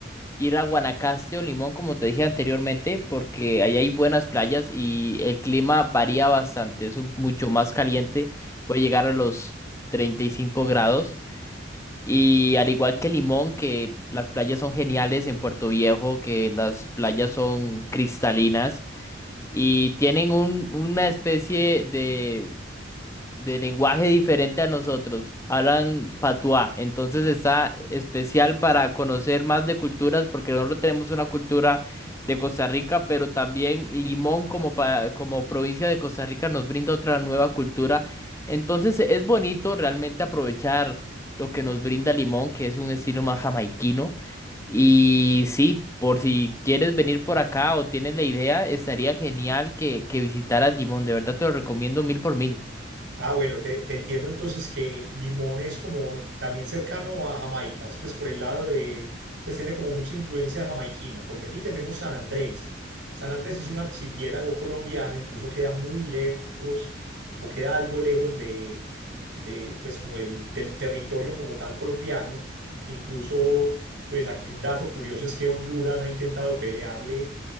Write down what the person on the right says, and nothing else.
Ah, bueno, te, te entiendo entonces que Limón es como también cercano a Jamaica, es pues por el lado de, pues tiene como mucha influencia jamaiquina, porque aquí tenemos San Andrés. San Andrés es un archipiélago colombiano, incluso queda muy lejos o queda algo lejos de, de pues como el, del territorio como tal colombiano. Incluso, pues aquí un dato curioso es que Honduras ha intentado pelearle